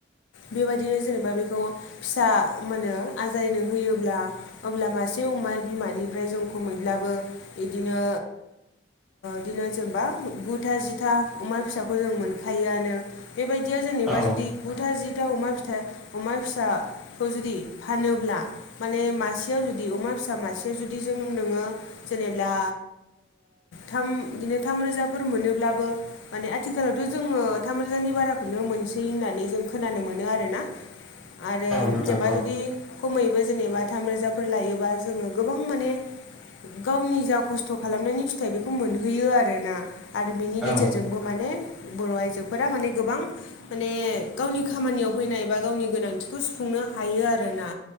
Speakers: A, on the left (about 80°); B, in the centre.
A: बेबायदिनो जेनेबा बेखौ फिसा मो आजायनो होयोब्ला अब्ला मासे अमा बिमानिफ्राय जों खुमैब्लाबो बिदिनो बिदिनो जेनेबा गुथा जिथा अमा फिसाखौ जों मोनखायोआनो बेबायदियाव जेनेबा
B: औ
A: जुदि गुथा जिथा अमा फिाइ अमा फिसा खौ जुदि फानोब्ला माने मासेयाव जुदि अमा फिसा मासेयाव जुदि जों नोङो जेनेब्ला थाम बिदिनो थाम रोजाफोर मोनोब्लाबो माने आथिखालावथ' जोङो थामरोजानि बाराखौनो मोनसै होननानै जों खोनानो मोनो आरोना आरो
B: नोंथां
A: जेनेबा जुदि खमैबो जेनेबा थाम रोजाफोर लायोबा जोङो गोबां माने गावनि जा खस्थ' खालामनायनि फिथाइ बेखौ मोनहैयो आरोना आरो बिनि
B: औ
A: गेजेरजोंबो माने बर' आइजोफोरा माने गोबां माने गावनि खामानियाव फैनाय बा गावनि गोनांथिखौ सुफुंनो हायो आरोना